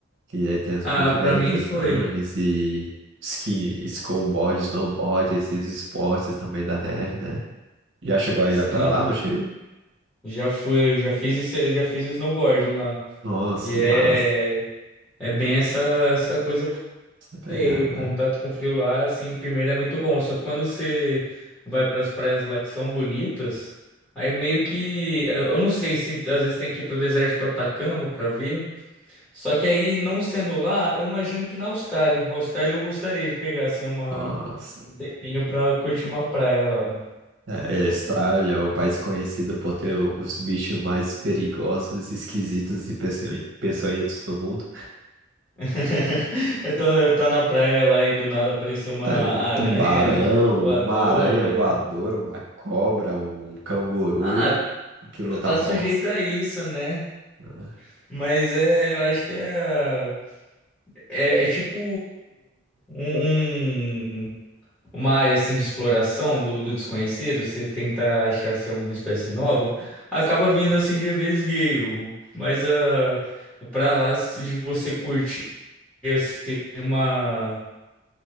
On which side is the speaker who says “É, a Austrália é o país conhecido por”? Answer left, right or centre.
Right